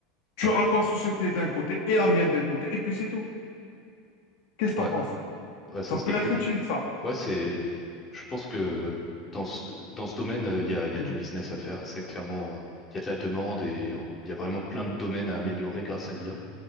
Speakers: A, on the left (about 65°); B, on the left (about 20°).
A: tu
B: Ouais,
A: auras ta société d'un côté et la mienne d'un côté, et puis c'est tout. Qu'est-ce que t'en
B: ouais,
A: penses?
B: ouais, ça
A: Ça peut
B: se décuple.
A: être utile, ça.
B: Ouais, c'est, je pense que dans ce, dans ce domaine, euh, il y a, il y a
A: Mm.
B: du business à faire. C'est clairement, euh, il y a de la demande et on- il y a vraiment plein de domaines à améliorer grâce à l'IA.